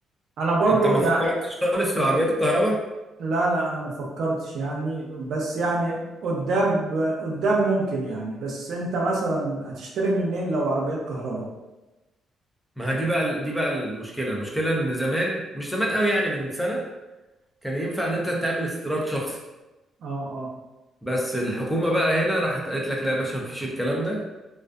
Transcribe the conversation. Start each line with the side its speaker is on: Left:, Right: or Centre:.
Right: انا برضو
Centre: أنت ما
Right: يعني
Centre: فكرتش خالص في العربيات الكهرباء
Right: لا لا انا مفكرتش يعني بس يعني قدام ب... قدام ممكن يعني بس انت مثلا هتشتري منين لو عربيات كهرباء
Centre: ما ها دي بقى دي بقى المشكلة المشكلة إن زمان مش زمان قوي يعني من سنة كان ينفع إن أنت تعمل استيراد شخصي
Right: اه اه
Centre: بس الحكومة بقى هنا راحت قالت لك لا يا باشا مفيش الكلام ده